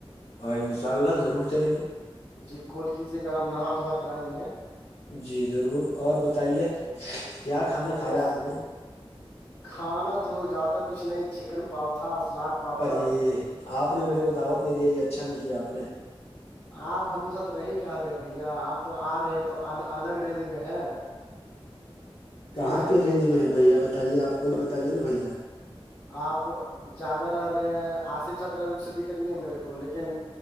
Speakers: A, on the left (about 85°); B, on the left (about 45°).
A: ہ ان شاء اللہ ضرور چلیں گے
B: جی کال کیجے گا ہم نہا دھوا کرائیں گے
A: جی ضرور اور بتائیے
B: جی
A: کیا کھانا
B: اور
A: کھایا آپ نے
B: کھانا تو زیادہ کچھ نہیں چکن پروھا سلاد پاپڑ
A: ارے آپ نے میرے کو دعوت نہیں دیا یہ اچھا نہیں کیا آپ نے
B: آپ ہم سب رہی کیا رہے بھیا آپ تو آ رہے ہیں تو الگ رینج میں ہے
A: کہاں
B: سمجھے
A: پہ رینج میں ہے بھیا بتائیے آپ خود بتائیے نا بھیا
B: آپ زیادہ رہ رہے ہیں آصف س اس سے دقت نہیں ہے میرے کو لیکن